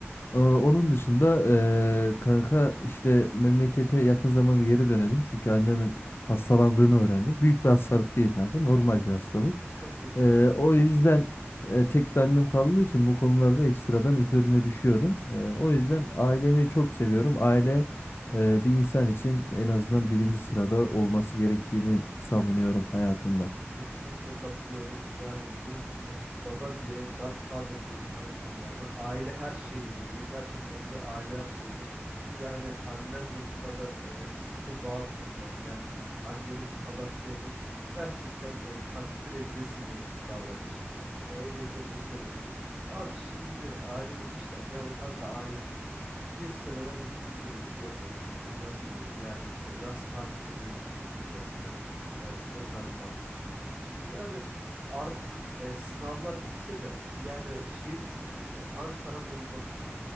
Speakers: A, on the left; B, on the right.
A: Ee,
B: Yani
A: Onun dışında eee, kanka işte memlekete yakın zamanda geri döneceğim. Çünkü annemin hastalandığını öğrendim. Büyük bir hastalık değil kanka. Normal bir hastalık.
B: çok geçmiş
A: Eee,
B: olsun. Çok
A: o
B: geçmiş
A: yüzden
B: olsun.
A: e, tek de annem kaldığı için bu konularda ekstradan üzerine düşüyorum. Eee, o yüzden ailemi çok seviyorum. Aile eee, bir insan için en azından birinci sırada olması gerektiğini savunuyorum hayatında.
B: Kesinlikle katılıyorum. Yani bu hep baba diye Godfather diye bir tane film vardı. Aile her şeydir diyor. Gerçekten de aile her şeydir. Yani annenle bu kadar e, sıkı bağ kurman, yani anneni bu kadar sevmen gerçekten e, takdir edilesi bir davranış. Yani öncelikle bunu söylemeliyim. Abi şimdi aile demişken yani ben de ailemi bir seneden uzun bir süredir görmüyorum. Çünkü üniversitedeyim. Yani e, yaz tatiline de gitmedim. Burada stajım, e, stajlarım vardı. Yani artık e, sınavlar bitse de yani şeyi düşünüyorum. Yani Ankara burnuna tutuyor.